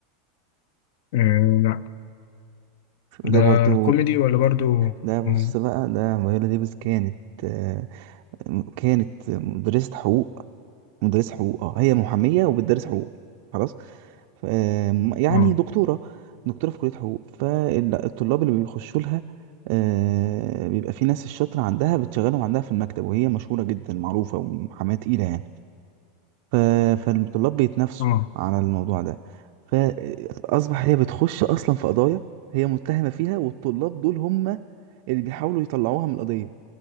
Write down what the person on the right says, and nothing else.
ده برضو
ده بص
بقى ده فايولا ديفيس كانت آه، كانت مدرسة حقوق مدرسة حقوق اه هي محامية وبتدرس حقوق خلاص ف- آم، يعني
دكتورة دكتورة في كلية حقوق فالطلاب اللي بيخشوا لها آه، بيبقى في ناس الشاطرة عندها بتشغلهم عندها في المكتب وهي مشهورة جدا معروفة ومحاماة تقيلة يعني ف- فالطلاب بيتنافسوا
على الموضوع ده فأصبح هي بتخش أصلا في قضايا هي متهمة فيها والطلاب دول هم اللي بيحاولوا يطلعوها من القضية